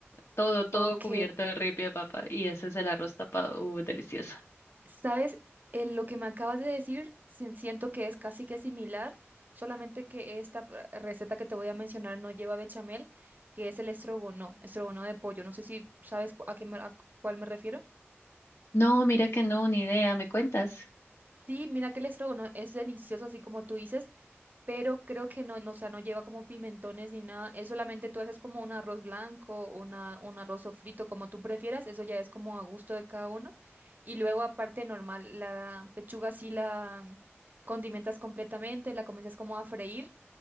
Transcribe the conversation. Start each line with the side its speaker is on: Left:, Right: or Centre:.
Left: Todo, todo
Right: Ok,
Left: cubierto de ripio de papa. Y ese es el arroz tapado. Uh, delicioso.
Right: ¿sabes? Eh, lo que me acabas de decir, sien- siento que es casi que similar, solamente que esta p- receta que te voy a mencionar no lleva bechamel, que es el estrogono, estrogono de pollo. No sé si sabes cu- a qué me- a cu- cuál me refiero.
Left: No, mira que no, ni idea. ¿Me cuentas?
Right: Sí, mira que el estrogono es delicioso, así como tú dices, pero creo que no, no, o sea, no lleva como pimentones ni nada. Es solamente tú haces como un arroz blanco, una, un arroz frito, como tú prefieras. Eso ya es como a gusto de cada uno. Y luego, aparte, normal, la pechuga sí la condimentas completamente, la comienzas como a freír